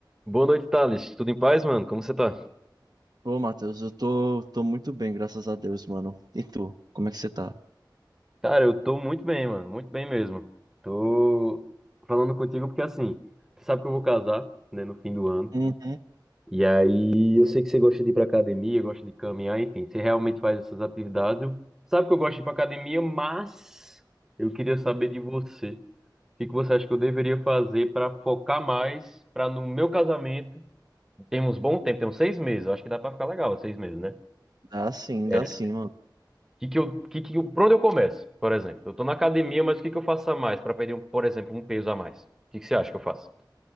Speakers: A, in the centre; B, on the right.
A: Boa noite, Thales. Tudo em paz, mano? Como você tá?
B: Pô, Matheus, eu tô, tô muito bem, graças a Deus, mano. E tu, como é que você tá?
A: Cara, eu tô muito bem, mano, muito bem mesmo. Tô falando contigo porque assim, você sabe que eu vou casar, né, no fim do ano.
B: Uhum.
A: E aí, eu sei que você gosta de ir pra academia, gosta de caminhar, enfim, você realmente faz essas atividades. Eu- Sabe que eu gosto de ir pra academia, mas eu queria saber de você. O que que você acha que eu deveria fazer pra focar mais, pra no meu casamento? Temos bom tempo, temos seis meses, eu acho que dá pra ficar legal, seis meses, né?
B: Dá sim, dá
A: É,
B: sim, mano.
A: Que que eu, que que eu, por onde eu começo, por exemplo? Eu tô na academia, mas o que que eu faço a mais para perder, um- por exemplo, um peso a mais? O que que você acha que eu faço?